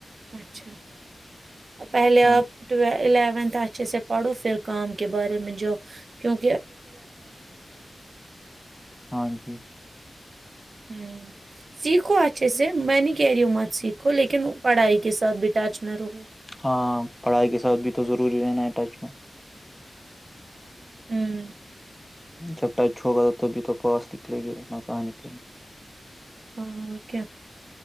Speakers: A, on the right; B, in the centre.
A: اچھا پہلے آپ
B: ہاں جی
A: الیونتھ السلام علیکم محترم
B: ہاں جی
A: ہوں سیکھواھ اس منی کیری مت سیکھو لیکن پڑھائی کے ساتھ بھی ٹچ میں رہو
B: ہاں پڑھائی کے ساتھ بھی تو ضروری رہنا ہے ٹچ میں
A: ہوں <inaudible>
B: جب ٹائچھو گا تھا تبھی تو پاس نکلے گی ورنہ کہاں نکلیں گی
A: ہو کیا